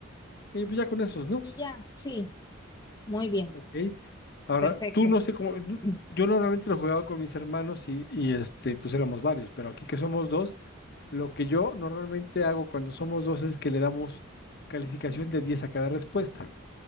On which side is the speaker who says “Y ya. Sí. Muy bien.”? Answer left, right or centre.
Left